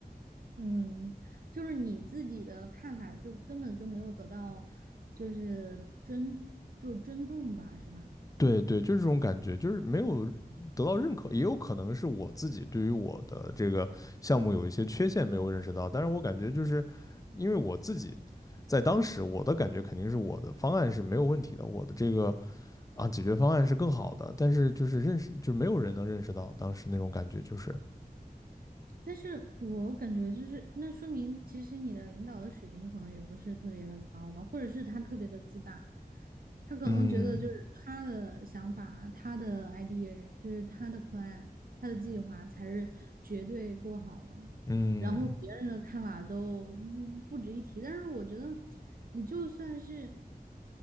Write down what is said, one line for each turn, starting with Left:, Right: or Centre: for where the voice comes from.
Right: 嗯，就是你自己的看法，就根本就没有得到，就是尊，就是尊重吧，是吧？
Left: 对对，就是这种感觉，就是没有得到认可，也有可能是我自己对于我的这个项目有一些缺陷没有认识到，但是我感觉就是因为我自己在当时我的感觉肯定是我的方案是没有问题的，我的这个啊解决方案是更好的，但是就是认识就是没有人能认识到当时那种感觉，就是
Right: 但是我感觉就是，那说明其实你的领导的水平可能也不是特别的高吧，或者是他特别的自大，他可能觉得就是他的想法、
Left: 嗯
Right: 他的 idea，就是他的 plan、他的计划才是绝对够好的。
Left: 嗯，
Right: 然后别人的看法都不不值一提。但是我觉得，你就算是